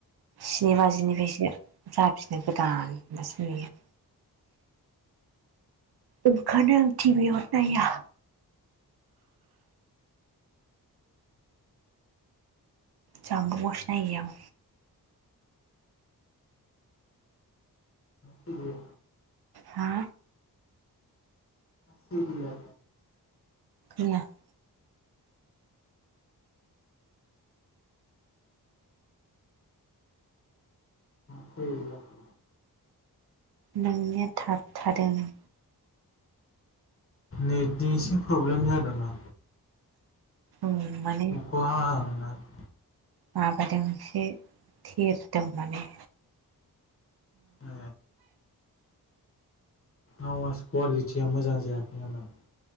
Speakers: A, on the right; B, on the left.
A: स्नि बाजिनिफ्रायसो जाफिनो गोदान होनबासो नुयो। ओंखायनो आं टिभियाव नाया। जानबुंआवसो नायो आं।
B: सिरिया।
A: हा?
B: सिरिया।
A: <unintelligible>
B: <unintelligible>
A: नोंनिया थाबथादों।
B: नेटनि एसे प्रब्लेम जादोंदां।
A: उम माने
B: <unintelligible>
A: माबादों एसे थिरदों माने।
B: ए आवास कुवालिटिया मोजां जायाखै नामा?